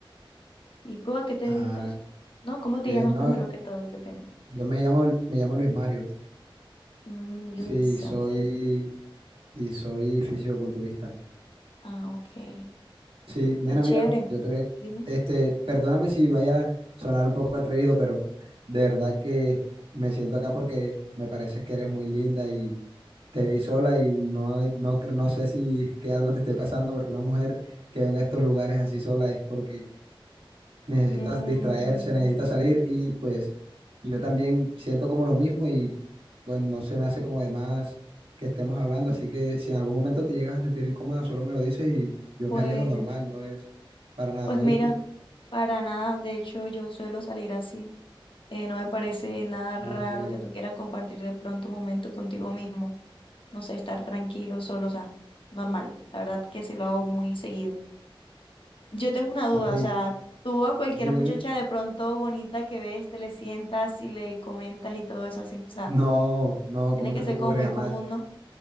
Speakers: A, on the left (about 70°); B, on the right (about 85°).
A: ¿Y tú a qué te
B: Ah,
A: dedicas? No, ¿cómo te
B: qué
A: llamas
B: bien, no,
A: primero que todo? Qué pena.
B: yo me llamo, me llamo Luis Mario,
A: Mm,
B: sí,
A: Luis,
B: soy,
A: ok.
B: y soy fisioculturista.
A: Ah, ok.
B: Sí, nena,
A: Qué chévere.
B: mira, yo te voy a-
A: Dime.
B: este, perdóname si vaya a sonar un poco atrevido, pero de verdad que me siento acá porque me parece que eres muy linda y te vi sola y no, no, cre- no sé si es que algo te esté pasando porque una mujer que venga a estos lugares así sola es porque necesita
A: Mm,
B: distraerse, necesita salir y pues yo también siento como lo mismo y bueno, no se me hace como de más que estemos hablando, así que si en algún momento te llegas a sentir incómoda, solo me lo dices y yo
A: pues,
B: me alejo normal, no es para nada,
A: pues mira,
B: ¿oíste?
A: para nada. De hecho, yo suelo salir así. Eh, no me parece nada raro
B: Ah, qué bien.
A: que tú quieras compartir de pronto un momento contigo mismo. No sé, estar tranquilo, solo, o sea, normal. La verdad que sí lo hago muy seguido. Yo tengo una duda,
B: Ok,
A: o sea, tú a cualquier
B: dime,
A: muchacha
B: dime.
A: de pronto bonita que ves, te le sientas y le comentas y todo eso así, o sea,
B: No, no,
A: tiene
B: ¿cómo
A: que
B: se te
A: ser
B: ocurre
A: como muy
B: jamás?
A: común, ¿no?